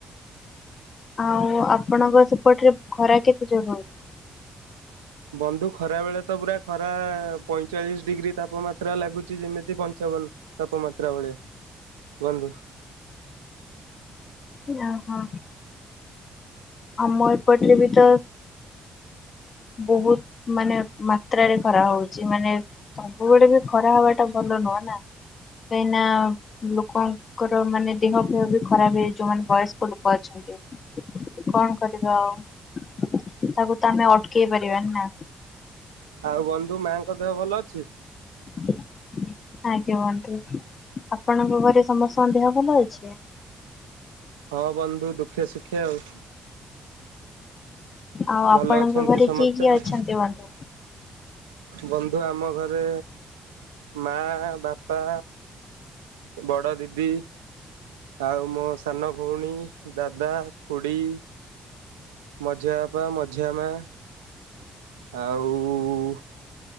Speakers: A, on the left; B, on the right.
A: ଆଉ ଆପଣଙ୍କ ସେପଟରେ ଖରା କେତେ ଜୋରେ ହଉଚି।
B: ବନ୍ଧୁ ଖରା ବେଳେ ତ ପୁରା ଖରା ପଇଁଚାଳିଶ ଡିଗ୍ରୀ ତାପମାତ୍ରା ଲାଗୁଛି ଯେମିତି ପଞ୍ଚାବନ। ତାପମାତ୍ରା ଭଳିଆ ବନ୍ଧୁ।
A: ଓ ହୋ। ଆମ ଏ ପଟରେ ବି ତ। ବହୁତ ମାନେ ମାତ୍ରାରେ ଖରା ହଉଛି। ମାନେ ସବୁବେଳେ ବି ଖରା ହବା ଟା ଭଲ ନୁହଁ ନା କାହିଁି ନା। ଲୋକଙ୍କର ମାନେ ଦେହ ଫେହ ବି ଖରାପ ହେଇଯିବ ଯୋଉମାନେ ବୟସ୍କ ଲୋକ ଅଛନ୍ତି। କଣ କରିବା ଆଉ ତାକୁ ତ ଆମେ ଅଟକେଇ ପାରିବାନି ନା।
B: ଆଉ ବନ୍ଧୁ ମାଙ୍କ ଦେହ ଭଲ ଅଛି।
A: <inaudible> ଆଜ୍ଞା ବନ୍ଧୁ ଆପଣଙ୍କ ଘରେ ସମସ୍ତଙ୍କ ଦେହ ଭଲ ଅଛି।
B: ହଁ ବନ୍ଧୁ ଦୁଃଖେ ସୁଖେ ଆଉ।
A: ଆଉ ଆପଣଙ୍କ
B: ଭଲ ଅଛନ୍ତି
A: ଘରେ
B: ସମସ୍ତେ
A: କିଏ କିଏ
B: ଆଉ।
A: ଅଛନ୍ତି ବନ୍ଧୁ?
B: ବନ୍ଧୁ ଆମ ଘରେ ମା। ବାପା ବଡ଼ ଦିଦି। ଆଉ ମୋ ସାନ ଭଉଣୀ ଦାଦା ଖୁଡ଼ି। ମଝିଆ ବାପା ମଝିଆ ମା। ଆଉ